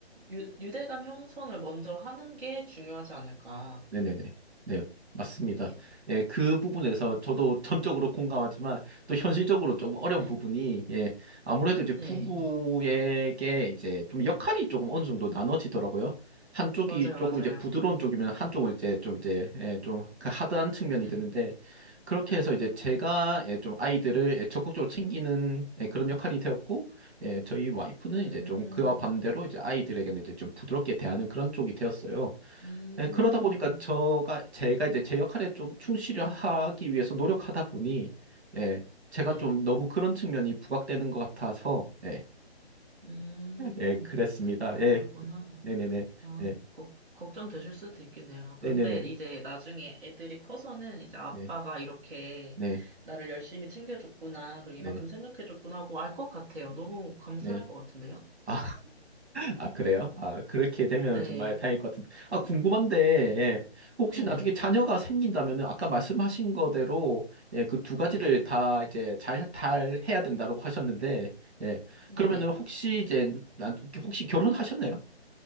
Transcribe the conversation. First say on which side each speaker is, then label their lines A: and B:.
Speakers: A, on the right; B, on the right.
A: 유, 유대감 형성을 먼저 하는 게 중요하지 않을까.
B: 네네네. 네, 맞습니다.
A: 네.
B: 예, 그 부분에서
A: 네.
B: 저도 전적으로 공감하지만 또 현실적으로 조금 어려운
A: 네.
B: 부분이 예, 아무래도 이제
A: 네.
B: 부부에게 이제 좀 역할이 조금 어느 정도 나눠지더라고요. 한쪽이
A: 맞아요,
B: 조금
A: 맞아요.
B: 이제 부드러운 쪽이면 한쪽은 이제 좀 이제 예, 좀그 하드한 측면이
A: 네.
B: 되는데 그렇게 해서 이제 제가
A: 네.
B: 예, 좀 아이들을 예, 적극적으로 챙기는 예, 그런 역할이 되었고 예, 저희 와이프는
A: 음.
B: 이제 좀 그와 반대로 이제 아이들에게는 이제 좀 부드럽게 대하는 그런 쪽이 되었어요.
A: 음.
B: 네, 그러다 보니까 저가 제가 이제 제 역할에 좀 충실하기 위해서 노력하다 보니 예, 제가
A: 네.
B: 좀 너무 그런 측면이 부각되는 것 같아서 예,
A: 음.
B: 예, 그랬습니다.
A: 그러셨구나.
B: 예, 네네네,
A: 아,
B: 네,
A: 걱, 걱정되실 수도 있겠네요.
B: 네네네,
A: 그런데 이제 나중에 애들이 커서는 이제 아빠가
B: 네,
A: 이렇게
B: 네,
A: 나를 열심히 챙겨줬구나, 그리고
B: 네,
A: 이만큼 생각해줬구나 하고 알 것 같아요. 너무 감사할
B: 네.
A: 것 같은데요?
B: 아, 아, 그래요? 아, 그렇게 되면
A: 네.
B: 정말 다행일 것 같은데. 아, 궁금한데, 예.
A: 네,
B: 그
A: 네,
B: 혹시 나중에 자녀가 생긴다면은 아까 말씀하신 거대로, 예, 그 두 가지를
A: 네네, 네,
B: 다 이제 잘, 잘 해야 된다고 하셨는데, 예. 그러면은
A: 네네.
B: 혹시 이제, 나, 혹시 결혼하셨나요?